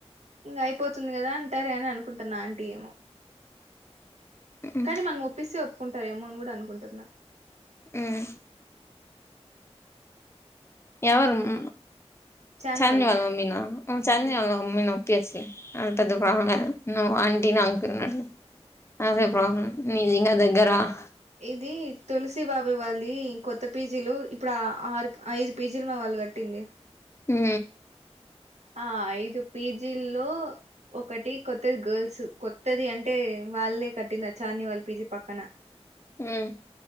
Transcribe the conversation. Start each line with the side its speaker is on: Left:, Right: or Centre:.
Right: ఇంగా అయిపోతుంది కదా అంటారే అని అనుకుంటున్నా ఆంటీ ఏమో
Left: హ్మ్
Right: కానీ మనం ఒప్పిస్తే ఒప్పుకుంటార ఏమో అని కూడా అనుకుంటున్నా
Left: ఉమ్ ఎవరు ఉం
Right: చాని
Left: చన్నీ
Right: వాళ్ళ
Left: వాళ్ల మమ్మీ నా ఉ చన్నీ
Right: ఉమ్,
Left: వాళ్ల మమ్మీ నా పెసి అంత పెద్ద
Right: ఉమ్,
Left: ప్రాబ్ల లా నువ్ ఆంటీ న అంటున్నడు అదే
Right: ఉమ్.
Left: ప్రాబ్ల మీజింగ దగ్గర ఆ
Right: ఇది తులసి బాబాయ్ వాల్ది కొత్త పీజీలు ఇప్పుడు ఆ ఆరు ఐదు పీజీలు మా వాళ్ళు కట్టింది.
Left: ఉ
Right: ఆ ఐదు పీజీల్లో ఒకటి కొత్తది గర్ల్స్ కొత్తది అంటే వాళ్ళే కట్టింది ఆ చార్ని వాళ్ళ పీజీ పక్కన.
Left: ఉ